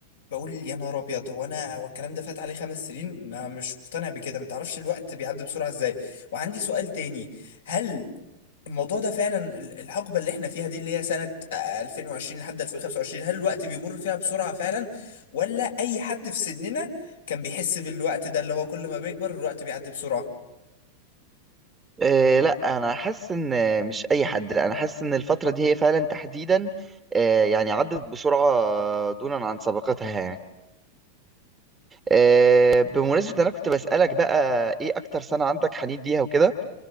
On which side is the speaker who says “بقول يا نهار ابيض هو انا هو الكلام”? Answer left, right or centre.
Left